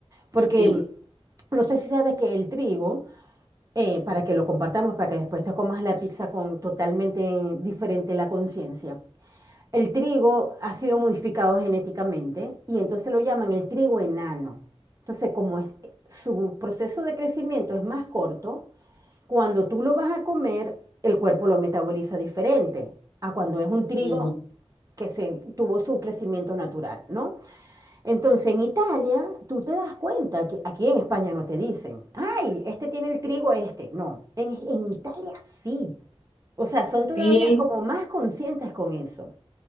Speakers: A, on the right (about 35°); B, on the left (about 80°).
A: porque
B: Sí.
A: no sé si sabes que el trigo, eh, para que lo compartamos, para que después te comas la pizza con totalmente diferente la conciencia, el trigo ha sido modificado genéticamente y entonces lo llaman el trigo enano. Entonces, como es- eh, su proceso de crecimiento es más corto, cuando tú lo vas a comer, el cuerpo lo metaboliza diferente a cuando es un trigo
B: Ujú.
A: que se tuvo su crecimiento natural, ¿no? Entonces, en Italia, tú te das cuenta que aquí en España no te dicen, ay, este tiene el trigo este. No, en, en Italia sí. O sea, son todavía
B: Sí,
A: como más conscientes con eso.